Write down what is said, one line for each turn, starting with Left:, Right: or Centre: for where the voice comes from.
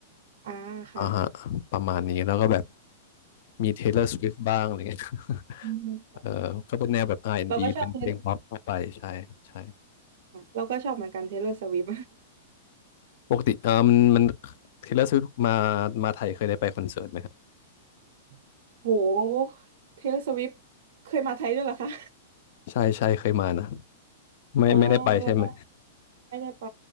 Right: อ่าค่ะ
Left: อ่าฮะประมาณนี้แล้วก็แบบมี Taylor Swift บ้างอะไรเงี้ย <laughs>
Right: อืม
Left: เออก็เป็นแนวแบบ R&B
Right: เราก็ชอบเทเล
Left: เป็นเพลงป๊อปทั่วไปใช่ครับใช่
Right: เราก็ชอบเหมือนกันเทเล o r s สวิฟ
Left: ปกติเออมันมัน Taylor Swift มามาไทยเคยได้ไปคอนเสิร์ตไหมครับ
Right: <laughs> โหเทเล o r s สวิฟเคยมาไทยด้วยเหรอคะ
Left: ใช่ใช่เคยมานะไม่ไม่ได้ไปใช่ไหม
Right: อ๋อเราไม่ได้ไป